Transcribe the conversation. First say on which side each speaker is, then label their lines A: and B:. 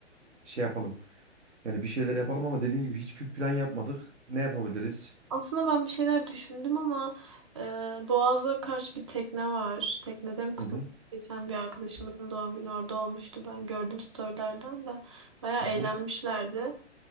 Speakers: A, on the right; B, on the right.
A: şey yapalım. Yani bir şeyler yapalım ama dediğim gibi hiçbir plan yapmadık. Ne yapabiliriz?
B: Aslında ben bir şeyler düşündüm ama e, Boğaz'a karşı bir tekne var. Teknede mi kutlamak?
A: Hı hı.
B: Geçen bir arkadaşımızın doğum günü orada olmuştu. Ben gördüm storylerden de. Bayağı
A: Hı
B: eğlenmişlerdi.
A: hı.